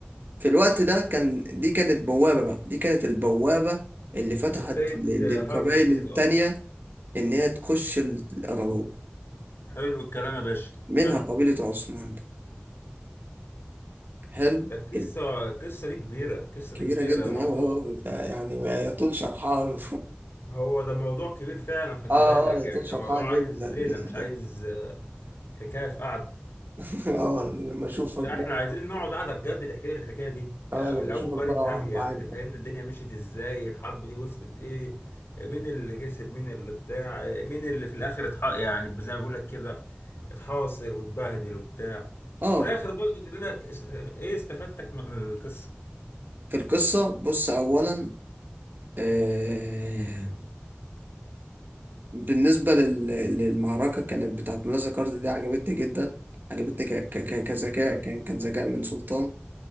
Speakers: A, on the right (about 55°); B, on the left (about 85°).
A: في الوقت ده كان دي كانت بوابة بقى دي كانت البوابة اللي فتحت
B: دي بداية
A: ل-
B: آه،
A: للقبائل
B: حرب جديدة
A: التانية
B: اصلا
A: إن هي تخش الأراضي
B: حلو الكلام يا باشا
A: منها
B: حلو
A: قبيلة عثمان دي حلو
B: ده القصة
A: ال-
B: القصة دي كبيرة القصة
A: كبيرة
B: دي كبيرة
A: جدا
B: ده موضوع
A: أوي أوي يعني ما يطول شرحها <laughs>
B: هو ده موضوع كبير فعلا خلي
A: آه
B: بالك
A: آه يطول
B: يعني ده
A: شرحها
B: موضوع
A: جدا
B: عايز ليلة
A: جدا
B: مش عايز آه، حكاية في قعدة
A: <laughs> آه لما أشوفك
B: ده
A: بقى
B: احنا عايزين نقعد قعده بجد تحكي لي الحكايه دي يعني
A: آه لما
B: من الاول
A: أشوفك
B: بقى
A: بقى
B: النهي
A: أقعد
B: يعني
A: معاك
B: تفهمنا
A: بقى
B: الدنيا مشيت ازاي الحرب دي وصلت ايه مين اللي كسب مين اللي بتاع مين اللي في الاخر اتح... يعني زي ما بقول لك كده اتحاصر واتبهدل وبتاع
A: آه
B: وفي الاخر برضه تقول لنا است- ايه استفدتك من القصه
A: في القصة بص أولا آه بالنسبة لل... للمعركة كانت بتاعت ملا زكارت دي عجبتني جدا عجبتني ك... ك... ك- كذكاء
B: حلو
A: كان كان ذكاء من سلطان